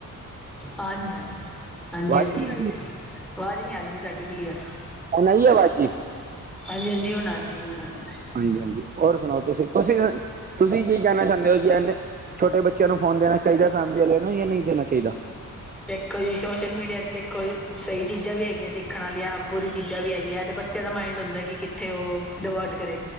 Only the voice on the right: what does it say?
ਵਾਜੀ
ਹੋਨ ਆਈ ਏ ਅਵਾਜ ਜੀ?
ਹਾਂਜੀ-ਹਾਂਜੀ, ਔਰ ਸੁਨਾਓ ਤੂਸੀ, ਤੂਸੀ ਅਂ, ਤੂਸੀ ਕੀ ਕੈਨਾ ਚਾਂਦੇ ਓ ਕਿ ਐਨੇ ਛੋਟੇ ਬੱਚੇਆਂ ਨੂੰ ਫੋਨ ਦੇਨਾ ਚਾਈਦੈ ਫੈਮਿਲੀ ਆਲੇਆਂ ਨੂੰ ਯਾ ਨਈ ਦੇਨਾ ਚਾਈਦਾ?